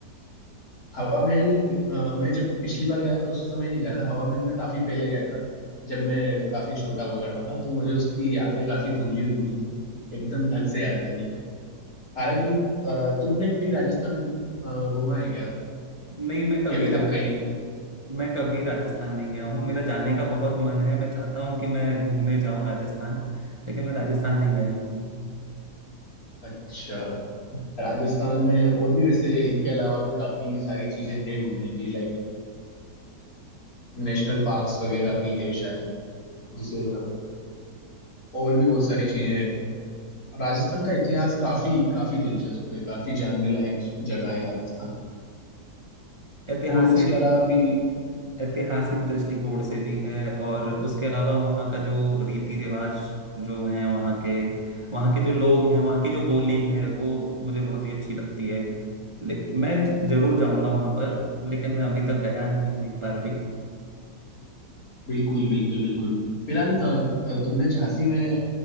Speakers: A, on the left; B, on the right.
A: हवा महल अ, मैं जब पिछली बार गया था उस समय नहीं गया था हवा महल में काफी पहले गया था जब मैं काफी छोटा हुआ करता था तो मुझे उसकी यादें काफी धुंधली धुंधली है एकदम ढंग से याद नहीं है हालांकि अ, तुमने कभी राजस्थान अ, घूमा है क्या
B: नहीं मैं कभी
A: कि अभी तक
B: रा-
A: कहीं
B: मैं कभी राजस्थान नहीं गया हूँ मेरा जाने का बहुत मन है मैं चाहता हूँ कि मैं घूमने जाऊँ राजस्थान लेकिन मैं राजस्थान नहीं गया हूँ
A: अच्छा राजस्थान में और भी वैसे इनके अलावा भी काफी सारी चीजें हैं घूमने की लाइक नेशनल पार्क्स वगैरह भी है शायद जिसे और भी बहुत सारी चीजें हैं राजस्थान का इतिहास काफी काफी दिलचस्प है काफी जानने लायक जगह है राजस्थान
B: ऐतिहासिक
A: और उसके अलावा भी
B: ऐतिहासिक दृष्टिकोण से भी है और उसके अलावा वहाँ का जो रीति रिवाज जो है वहाँ के वहाँ के जो लोग हैं वहाँ की जो बोली है वो मुझे बहुत ही अच्छी लगती है ले- मैं जरूर जाऊँगा वहाँ पर लेकिन मैं अभी तक गया नहीं हूँ एक बार भी
A: बिल्कुल बिल्कुल बिल्कुल फिलहाल अ, अ, तुमने झांसी में